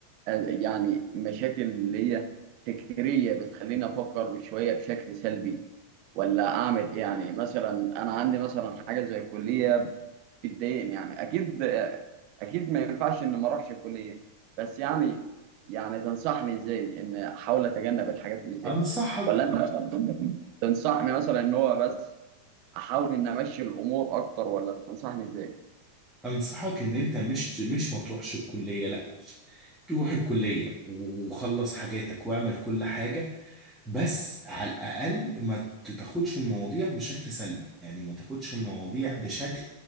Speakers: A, on the right; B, in the centre.
A: يعني مشاكل اللي هي فكرية بتخليني افكر شوية بشكل سلبي ولا اعمل ايه؟ يعني مثلا انا عندي مثلا حاجة زي الكلية بتضايقني يعني اكيد اكيد ما ينفعش ان ما اروحش الكلية بس يعني يعني تنصحني ازاي ان احاول اتجنب الحاجات اللي زي
B: انصحك
A: دي ولا انت مثلا تنصحني مثلا ان هو بس احاول ان امشي الامور اكتر ولا تنصحني ازاي
B: انصحك ان انت مش مش ما تروحش الكليه لا تروح الكليه وخلص حاجاتك واعمل كل حاجه بس على الاقل ما تاخدش المواضيع بشكل سلبي يعني ما تاخدش المواضيع بشكل